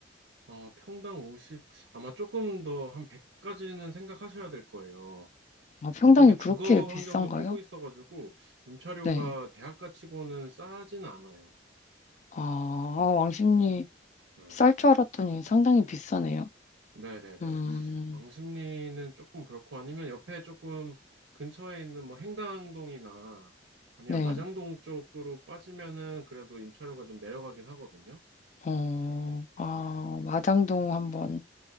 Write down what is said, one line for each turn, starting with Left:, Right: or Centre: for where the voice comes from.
Right: 어, 평당 50, 아마 조금 더 한 100까지는 생각하셔야 될 거예요.
Left: 아, 평당이
Right: 그쪽에
Left: 그렇게
Right: 주거
Left: 비싼가요?
Right: 환경도 끼고 있어가지고, 임차료가
Left: 네.
Right: 대학가 치고는 싸진 않아요.
Left: 아, 왕십리
Right: 음.
Left: 쌀 줄 알았더니 상당히 비싸네요.
Right: 네네네.
Left: 음,
Right: 왕십리는 조금 그렇고 아니면 옆에 조금 근처에 있는 뭐 행당동이나 아니면
Left: 네.
Right: 마장동 쪽으로 빠지면은 그래도 임차료가 좀 내려가긴 하거든요.
Left: 어, 아,
Right: 네.
Left: 마장동 한번.